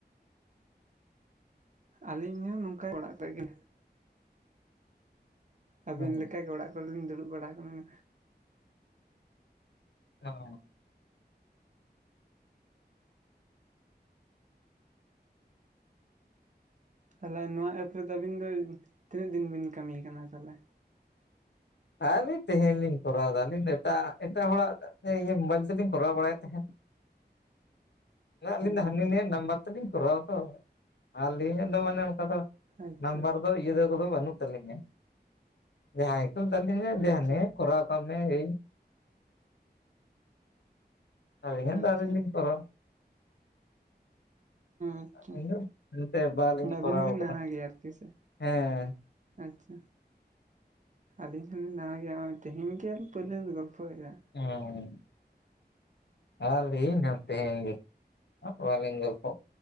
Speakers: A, on the right; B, on the left.
A: ᱟᱹᱞᱤᱧ ᱦᱚᱸ ᱱᱚᱝᱠᱟᱭ ᱚᱲᱟᱜ <unintelligible> ᱨᱮ ᱜᱮ ᱟᱵᱤᱱ
B: ᱦᱮᱸ
A: ᱞᱮᱠᱟᱜᱮ ᱚᱲᱟᱜ ᱠᱚᱨᱮ ᱞᱤᱧ ᱫᱩᱲᱩᱵ ᱵᱟᱲᱟ ᱠᱟᱱᱟ᱾
B: <unintelligible>
A: ᱛᱟᱞᱦᱮ ᱱᱚᱣᱟ ᱮᱯ ᱨᱮᱫᱚ ᱟᱹᱵᱤᱱ ᱫᱚ ᱛᱤᱱᱟᱹᱜ ᱫᱤᱱ ᱵᱤᱱ ᱠᱟᱹᱢᱤᱭᱟ ᱠᱟᱱᱟ ᱛᱟᱞᱦᱮ?
B: ᱟᱹᱞᱤᱧ ᱛᱮᱦᱮᱧ ᱞᱤᱧ ᱠᱚᱨᱟᱣ ᱮᱫᱟ ᱟᱹᱞᱤᱧ ᱫᱚ ᱮᱴᱟᱜ ᱮᱴᱟᱜ ᱦᱚᱲᱟᱜ ᱤᱭᱟᱹ ᱢᱳᱵᱟᱭᱤᱞ ᱛᱮᱞᱤᱧ ᱠᱚᱨᱟᱣ ᱵᱟᱲᱟᱭᱮᱫ ᱛᱟᱦᱮᱸᱫ᱾ ᱟᱹᱞᱤᱧ
A: ᱦᱮᱸ
B: ᱫᱚ ᱦᱟᱹᱱᱤ
A: ᱟᱪᱪᱷᱟ
B: ᱱᱤᱭᱟᱜ ᱱᱟᱢᱵᱟᱨ ᱛᱮᱞᱤᱧ ᱠᱚᱨᱟᱣᱟ ᱛᱚ ᱟᱨ ᱟᱹᱞᱤᱧᱟᱜ ᱫᱚ ᱢᱟᱱᱮ ᱚᱱᱠᱟ ᱫᱚ
A: ᱟᱪᱪᱷᱟ
B: ᱱᱟᱢᱵᱟᱨ ᱫᱚ ᱤᱭᱟᱹ ᱠᱚᱫᱚ ᱵᱟᱹᱱᱩᱜ ᱛᱟᱞᱤᱧᱟ ᱡᱟᱦᱟᱸᱭ <unintelligible>
A: ᱟᱪᱪᱷᱟ
B: ᱫᱮ ᱦᱟᱱᱤ ᱠᱚᱨᱟᱣ ᱠᱟᱜ ᱢᱮ ᱮᱭ ᱟᱞᱤᱧᱟᱜ
A: ᱟᱪᱪᱷᱟ
B: ᱫᱚ ᱟᱨᱤᱞᱤᱧ ᱠᱚᱨᱟᱣᱟ
A: ᱟᱪᱪᱷᱟ
B: ᱟᱹᱞᱤᱧ ᱫᱚ ᱱᱚᱛᱮ ᱵᱟᱞᱤᱧ
A: ᱢᱟᱱᱮ ᱟᱹᱵᱤᱱ
B: ᱠᱚᱨᱟᱣ
A: ᱦᱚᱸᱵᱤᱱ
B: ᱟᱠᱟᱫᱟ
A: ᱱᱟᱣᱟ ᱜᱮᱭᱟ ᱟᱨᱠᱤ ᱥᱮ?
B: ᱦᱮᱸ
A: ᱟᱪᱪᱷᱟ ᱟᱹᱞᱤᱧ <unintelligible> ᱢᱟᱨᱟᱝ ᱜᱮᱭᱟ ᱱᱚᱜᱚᱭ ᱛᱮᱦᱮᱧ ᱜᱮᱞ ᱯᱳᱭᱞᱳᱧ ᱜᱚᱞᱯᱷᱚᱭᱮᱜ-ᱟ᱾
B: ᱚ ᱟᱨ ᱞᱤᱧ <unintelligible> ᱛᱤᱦᱮᱱ ᱜᱮ ᱟᱨ ᱞᱤᱧᱜᱚᱞᱯᱚ